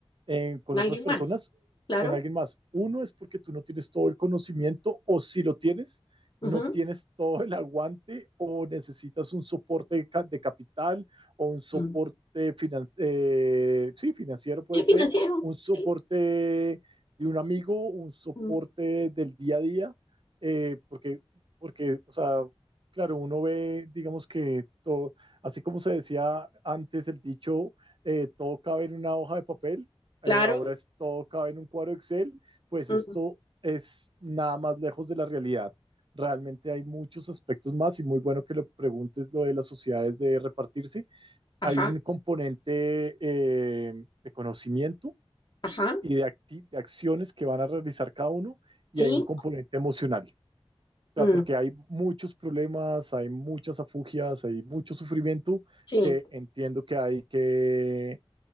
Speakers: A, on the right (about 55°); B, on the left (about 50°).
A: eh, con
B: con alguien
A: otras personas
B: más, claro,
A: o con alguien más. Uno es porque tú no tienes todo el conocimiento o si lo tienes, no
B: ujú,
A: tienes todo el aguante o necesitas un soporte de, capital o un soporte
B: mm.
A: finan eh, sí, financiero, puede
B: El financiero,
A: ser, un soporte
B: sí,
A: de un amigo, un soporte
B: mm,
A: del día a día, eh, porque, porque, o sea, claro, uno ve, digamos que todo, así como se decía antes el dicho, eh, todo cabe en una hoja de papel,
B: claro,
A: eh, ahora es, todo cabe en un cuadro Excel, pues
B: mm,
A: esto es nada más lejos de la realidad. Realmente hay muchos aspectos más y muy bueno que lo preguntes lo de las sociedades de repartirse.
B: ajá,
A: Hay un componente eh, de conocimiento
B: ajá,
A: y de, de acciones que van a realizar cada uno y
B: sí,
A: hay un componente emocional. O sea,
B: mm,
A: porque hay muchos problemas, hay muchas afugias, hay mucho sufrimiento
B: sí,
A: que entiendo que hay que